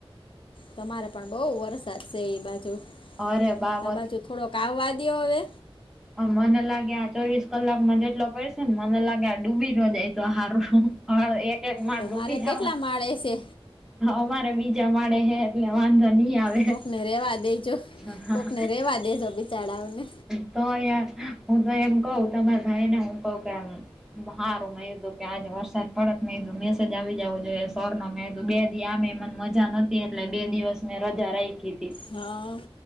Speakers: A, on the left; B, in the centre.
A: તમારે પણ બહુ વરસાદ છે ઈ બાજુ
B: અરે બાપ
A: આ બાજુ થોડોક આવવા દયો હવે.
B: અમને લાગે આ ચોવીસ કલાકમાં જેટલો પડશે ને મને લાગે આ ડૂબી ન જાય તો હારુ. હા એક એક માળ
A: તો
B: ડૂબી
A: મારે
B: જવા
A: કેટલા માળે છે
B: અમારે બીજા માળે હે. એટલે વાંધો નહી આવે
A: કોકને રહેવા દેજો
B: હ હા.
A: કોકને રહેવા દેજો બિચારાઓને
B: તો યાર હું તો એમ કઉ તમારા ભાઈ ને હું કહ કેમ. હારું મે કીધું કે આજે વરસાદ પડત મેધું મેસેજ આવી જવું જોઈએ સર નો મેંધુ બે દી આમે મ. મજા નથી એટલે બે દિવસની મેં રજા રાયખી હતી.
A: હમ.